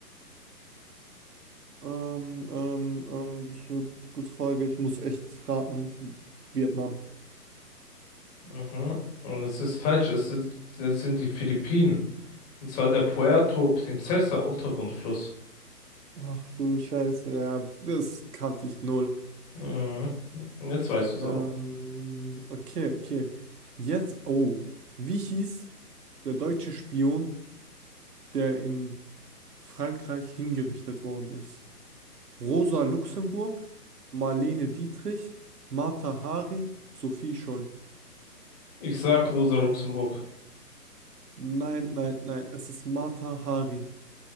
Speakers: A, on the right; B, on the left.
A: Ähm, ähm, ähm, das ist eine gute Frage. Ich muss echt raten. Vietnam.
B: Mhm. Und es ist falsch, es ist, es sind die Philippinen. Und zwar der Puerto Princesa Untergrundfluss.
A: Ach du Scheiße, ja, das kannte ich null.
B: Mhm. Jetzt weißt du es
A: Ähm,
B: aber.
A: okay, okay. Jetzt, oh, wie hieß der deutsche Spion, der in Frankreich hingerichtet worden ist? Rosa Luxemburg, Marlene Dietrich, Martha Hari, Sophie Scholl.
B: Ich sag Rosa Luxemburg.
A: Nein, nein, nein, es ist Martha Hari.